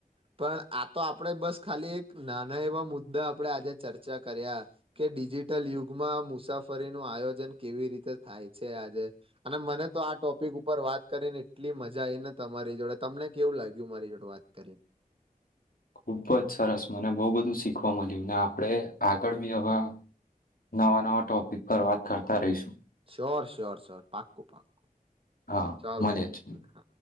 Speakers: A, on the right; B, on the left.
A: પણ આ તો આપણેે બસ ખાલી એક નાના એવા મુદ્દા આપણે આજે ચર્ચા કર્યા કે ડી જિટલ યુગમાં મુસાફરીનું આયોજન કેવી રીતે થાય. છે આજે અને મને તો આ ટોપિક ઉપર વાત કરીને એટલી મજા આઈ ને તમારી જોડે તમને કેવું લાગ્યું મારી જોળે વાત કરીને?
B: <inaudible> ખુબ જ સરસ. મને બોવ બધું શીખવા મલ્યું ને આપણે આગળ બી હવે નવા નવા ટોપિક પર વાત કરતા રઈશું.
A: સ્યોર સ્યોર સ્યોર, પાક્કું પાક્કું.
B: હા,
A: ચાલો
B: મલિયે છ.
A: હા